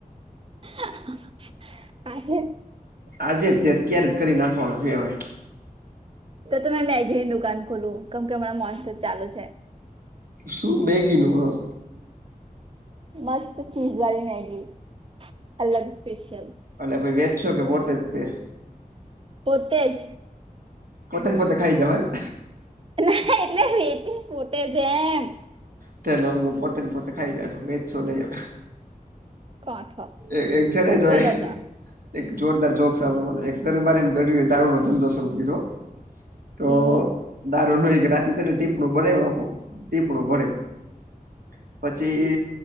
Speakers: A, on the right (about 40°); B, on the right (about 80°).
A: <unintelligible> આજે.
B: આજે તે અત્યારે જ કરી નાખવાનો છે હવે.
A: તો તે મે મેગીની દુકાન ખોલું કેમ કે હમણાં મોનસુન ચાલુ છે.
B: શું મેગી નું હા.
A: મસ્ત ચીજ વાળી મેગી અલગ સ્પેશલ
B: અને ભાઈ વેચશો કે પોતે તે.
A: પોતે જ.
B: પોતે પોતે ખાઈ જવાય એમ.
A: ના એટલે વેચીસ પોતે જેમ.
B: તે અમ પોતેને પોતે ખાઈ જશો વેચશો નહીં એમ.
A: કોઠો
B: એ એક છે જોય.
A: બોલો તો
B: એક જોરદાર જોક સાંભવા એક દરબારીને ગઢવી એ દારૂ નો ધંધો શરૂ કર્યો. તો
A: હમ
B: દારૂ નય કે રાતે છે ને ટીપડું બનાવ આખું ટીપડું ભરે <inaudible> પછી એ